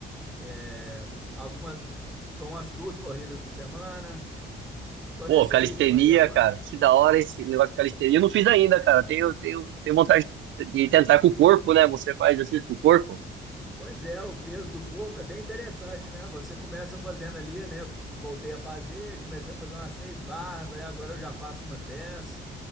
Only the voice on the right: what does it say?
Pô,
calistenia,
cara, que da hora esse negócio de calistenia. Eu não fiz ainda, cara. Tenho, tenho, tenho vontade de tentar com o corpo, né? Você faz exercício com o corpo.